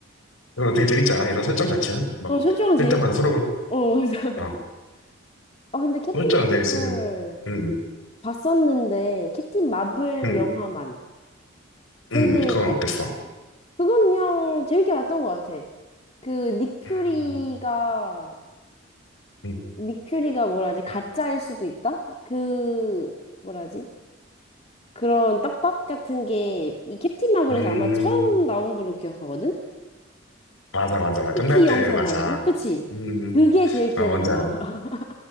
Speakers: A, on the left; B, on the left.
A: 이거 되게 재밌지 않아? 이런 설정 자체는 막
B: 어, 설정은 재밌,
A: 쓸 때마다 서로
B: 어, 맞아. <laughs>
A: 어
B: 아, 근데 캡틴
A: 설정을 되게 쓰는
B: 마블
A: 응응응응
B: 봤었는데, 캡틴 마블
A: 음,
B: 영화만. 근데
A: 음, 음, 음, 그건
B: 캡,
A: 어땠어?
B: 그건 그냥 재밌게 봤던 것 같아. 그, 닉 퓨리가,
A: 음, 음,
B: 닉 퓨리가 뭐라지? 가짜일 수도 있다? 그, 뭐라지? 그런 떡밥 같은 게, 이 캡틴 마블에서
A: 음,
B: 아마 처음 나온 걸로 기억하거든?
A: 맞아, 맞아. 맞아.
B: 쿠키
A: 끝날 때,
B: 영상
A: 맞아.
B: 말고? 그치?
A: 음,
B: 그게 제일 기억에
A: 아, 뭔지
B: 남아.
A: 알아.
B: <laughs>